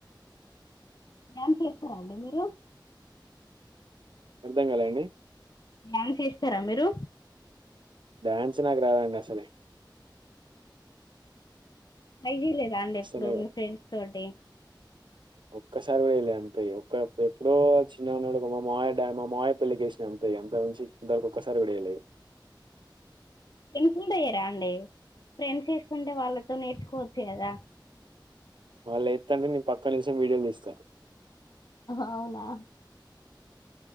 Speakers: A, on the left; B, on the right.
A: డాన్స్ వేస్తారండి మీరు
B: అర్థం కాలండి
A: ధ్యాన్ వేస్తారా మీరు
B: డ్యాన్స్ నాకు రాదు అండి అసలే
A: ట్రై చేయలేదా అండి
B: అసలు
A: ఎప్పుడు మీ ఫ్రెండ్స్ తోటి
B: ఒక్కసారి కూడాయలే అంతాయి ఒ ఎప్పుడో చిన్నగాన్నాడుమ్ మా మామయ్య డాన్ మా మామయ్య పెళ్ళికి వేశం అంతకు మించి ఇప్పుడు దాకా ఒక్కసారి కూడా వేయలేదు
A: అ <unintelligible> ఫ్రెండ్స్ వేస్తుంటే వాళ్ళతో నేర్చుకోవచ్చు కథ
B: వాళ్ళు ఎతుంటే నేను పక్కన నుంచి వీడియోలు తీస్తా
A: అవునా